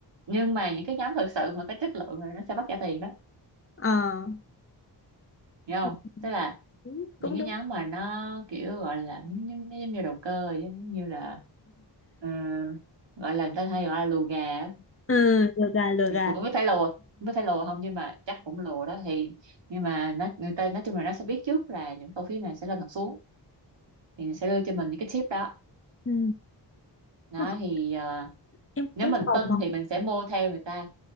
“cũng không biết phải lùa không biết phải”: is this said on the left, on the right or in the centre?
Right